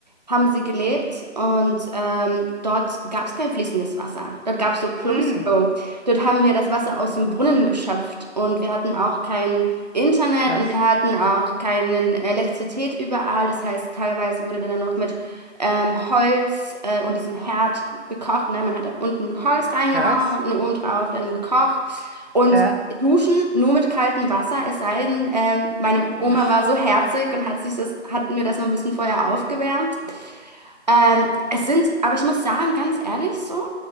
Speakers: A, on the right; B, on the right.
A: haben sie gelebt und ähm, dort gab es kein fließendes Wasser. Dort gab es so Plumpsklo.
B: Mhm.
A: Dort haben wir das Wasser aus dem Brunnen geschöpft und wir hatten auch kein Internet
B: Krass.
A: und wir hatten auch keine Elektrizität überall. Das heißt, teilweise wurde dann noch mit ähm, Holz äh, und diesem Herd gekocht. Ne? Man hat da unten Holz reingehauen
B: Krass.
A: und oben drauf dann gekocht. Und
B: Ja.
A: Duschen nur mit kaltem Wasser, es sei denn, ähm, meine Oma
B: Uff.
A: war so herzig und hat sich das, hat mir das noch ein bisschen vorher aufgewärmt. Ähm, es sind, aber ich muss sagen, ganz ehrlich so,